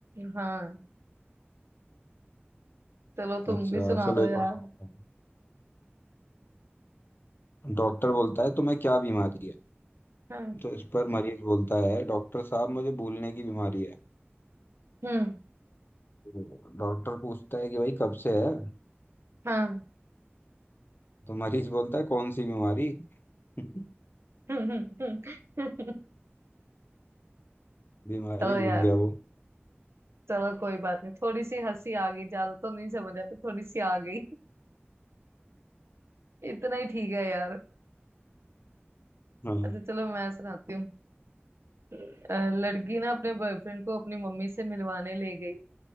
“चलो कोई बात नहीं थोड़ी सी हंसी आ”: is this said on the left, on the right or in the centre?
Right